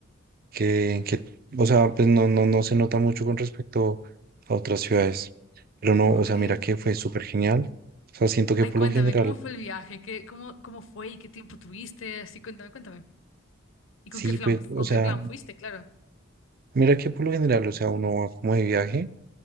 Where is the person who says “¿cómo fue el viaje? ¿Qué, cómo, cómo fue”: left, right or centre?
Left